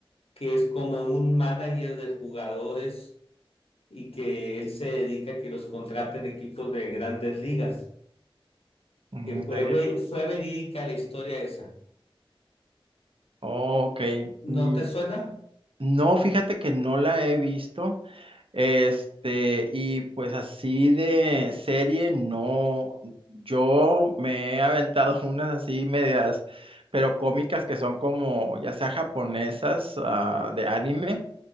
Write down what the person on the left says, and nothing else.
que es como un manager de jugadores y que él se dedica a que los contraten equipos de grandes ligas,
que fue,
ve- fue verídica la historia esa.
¿No
te suena?